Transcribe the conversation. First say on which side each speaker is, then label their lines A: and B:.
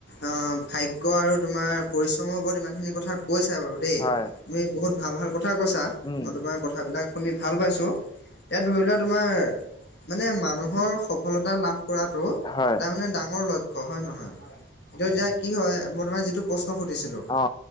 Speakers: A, on the left; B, on the left.
A: অ ভাগ্য আৰু তোমাৰ পৰিশ্ৰমৰ ওপৰত ইমানখিনি কথা কৈছা বাৰু দেই।
B: হয়
A: তুমি বহুত ভাল ভাল কথা কৈছা।
B: উম
A: মই তোমাৰ কথাবিলাক শুনি ভাল পাইছো। এতিয়া ধৰি লোৱা তোমাৰ মানে মানুহৰ সফলতা লাভ কৰাটো
B: হয়
A: তাৰ মানে ডাঙৰ লক্ষ্য হয় নহয়। কি হয় মই তোমাক যিটো প্ৰশ্ন সুধিছিলো।
B: অ